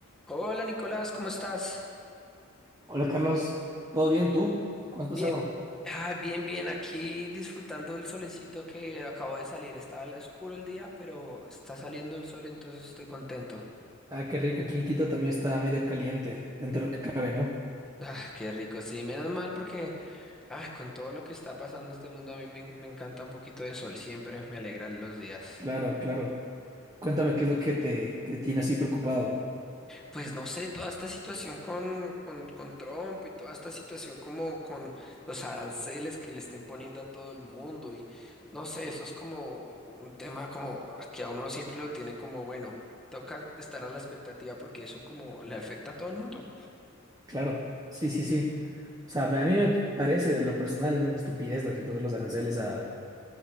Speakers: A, in the centre; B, on the right (about 15°).
A: Hola Nicolás, ¿cómo estás?
B: Hola Carlos, ¿todo bien tú? ¿Cómo has
A: Bien,
B: pasado?
A: ah, bien, bien, aquí disfrutando el solecito que acabo de salir. Estaba al- oscuro el día, pero está saliendo el sol, entonces estoy contento.
B: Ah, qué rico, aquí en Quito también está medio caliente, dentro de lo que cabe, ¿no?
A: Ah, qué rico, sí, menos mal porque ah, con todo lo que está pasando en este mundo a mí me, me encanta un poquito de sol, siempre me alegran los días.
B: Claro, claro. Cuéntame qué es lo que te, que te tiene así preocupado.
A: Pues no sé, toda esta situación con, con, con Trump y toda esta situación como con los aranceles que le estén poniendo a todo el mundo y no sé, eso es como un tema como que a uno siempre lo tiene como, bueno, toca estar a la expectativa porque eso como le afecta a todo el mundo.
B: Claro, sí, sí, sí. O sea, a mí me parece, en lo personal, una estupidez lo que puso los aranceles a,